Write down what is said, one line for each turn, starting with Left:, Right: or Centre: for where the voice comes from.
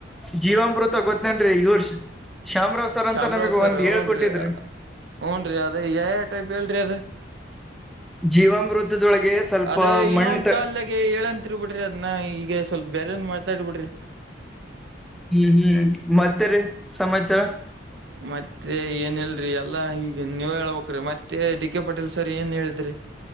Centre: ಜೀವಮೃತ ಗೊತ್ತೇನ್ರೀ ಇವರ್ಷ ಶಾಮರಾವ್ ಸರ್ ಅಂತ
Right: ಅಮ್ರಾವ್
Centre: ನಮಗ್
Right: ಸರ್
Centre: ಒಂದ್ ಹೇಳ್ಕೊಟ್ಟಿದ್ರಿ
Right: ಹ್ನ್್ರರಿ ಹ್ನ್್ರರಿ ಅದ ಯ ಟೈಪ್ ಹೇಳ್ರಿ ಅದ
Centre: ಜೀವಾಮೃತದೊಳಗೆ ಸ್ವಲ್ಪ
Right: ಅದ ಇನ್ನೊ
Centre: ಮಣ್ಣ
Right: ಒಂದ
Centre: ತ
Right: ಕಲ್ಾಗ ಹೇಳಏಂತರ್ ಬಿಿಡ್ರಿ ಅದನ್ನ ಈಗ ಸ್ವಲ್ಪ ಬೇರೆನ್ ಮಾಡ್ತ ಬಿಟ್ಟರಿ
Centre: ಹ್ಮ್ ಹ್ಮ್ ಮತ್ತೆ ರೀ ಸಮಾಚಾರ
Right: ಮತ್ತೆ ಏನ್ ಇಲ್ರಿ ಎಲ್ಲಾ ಈಗ ನೀವ ಹೇಳ್ಬೇಕ್ರಿ ಮತ್ತೆ ಡಿ ಕೆ ಪಟೀಲ್ ಸರ್ ಏನ್ ಹೇಳಿದ್ರಿ